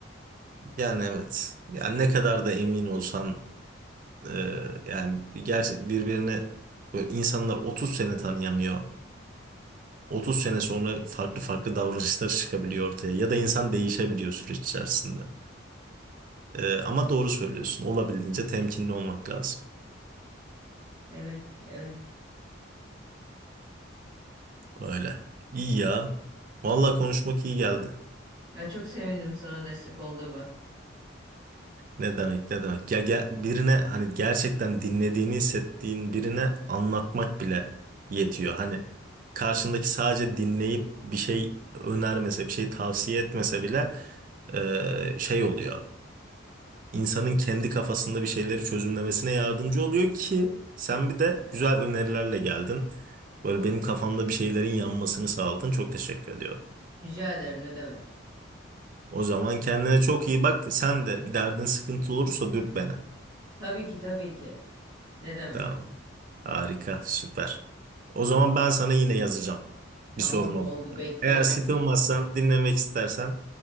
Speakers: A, on the right; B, on the right.
A: Yani evet. Yani ne kadar da emin olsan e, yani bir gerçek birbirine böyle insanlar 30 sene tanıyamıyor. 30 sene sonra farklı farklı <laughs> davranışlar çıkabiliyor ortaya ya da insan değişebiliyor süreç içerisinde. E, ama doğru söylüyorsun. Olabildiğince temkinli olmak lazım.
B: Evet, evet.
A: Öyle. İyi ya. Vallahi konuşmak iyi geldi.
B: Ya çok sevindim sana destek olduğuma.
A: Ne demek ne demek? Ya, ge- birine hani gerçekten dinlediğini hissettiğin birine anlatmak bile yetiyor. Hani karşındaki sadece dinleyip bir şey önermese, bir şey tavsiye etmese bile e, şey oluyor. İnsanın kendi kafasında bir şeyleri çözümlemesine yardımcı oluyor ki sen bir de güzel önerilerle geldin. Böyle benim kafamda bir şeylerin yanmasını sağladın. Çok teşekkür ediyorum.
B: Rica ederim ne demek.
A: O zaman kendine çok iyi bak. Sen de bir derdin sıkıntı olursa dürt beni.
B: Tabii ki tabii ki. Ne demek?
A: Tamam. Harika, süper. O zaman ben sana yine yazacağım.
B: Tamam
A: Bir sorun oldu.
B: oldu bekliyorum.
A: Eğer sıkılmazsan,
B: Bir-
A: dinlemek istersen